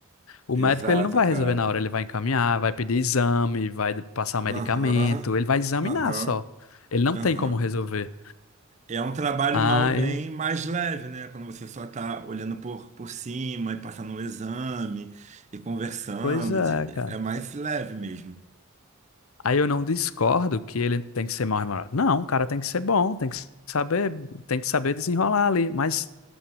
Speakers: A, on the left; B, on the right.
A: O
B: Exato,
A: médico ele não vai
B: cara.
A: resolver na hora, ele vai encaminhar, vai pedir exame, vai passar o medicamento,
B: Aham,
A: ele vai examinar
B: aham,
A: só. Ele não tem
B: aham.
A: como resolver.
B: É um trabalho
A: Ai,
B: mal ou bem mais leve, né? Quando você só está olhando por, por cima e passando um exame e conversando,
A: pois é,
B: de-
A: cara.
B: é mais leve mesmo.
A: Aí eu não discordo que ele tem que ser mal remunerado. Não, o cara tem que ser bom, tem que saber, tem que saber desenrolar ali. Mas